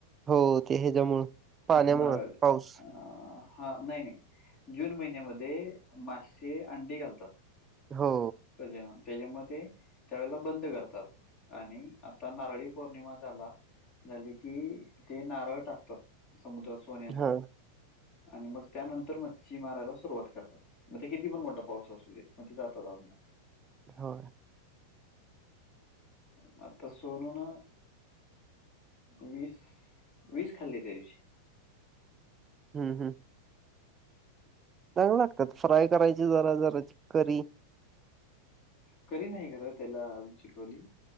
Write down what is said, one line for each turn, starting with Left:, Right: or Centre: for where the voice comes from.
Right: हो. ते हेच्यामुळं, पाण्यामुळं
Left: नारळ
Right: पाऊस.
Left: अ हा. नाही नाही जून महिन्यामध्ये मासे अंडी घालतात.
Right: हो.
Left: प्रजनन, त्याच्यामुळे ते त्यावेळेला बंद करतात आणि आता नारळी पौर्णिमा झाला- झाली की, ते नारळ टाकतात समुद्रात सोन्याचा.
Right: हा
Left: आणि मग त्यानंतर मच्छी मारायला सुरुवात करतात. म ते किती पण मोठा पाऊस असू दे. म ते जातात आतमध्ये.
Right: हो.
Left: म आता सोनून वीस, वीस खाल्ली त्या दिवशी.
Right: हं हं. चांग लागतात. फ्राय करायची जरा जरा ची करी
Left: करी नाही खर त्याला अजून शिकवली.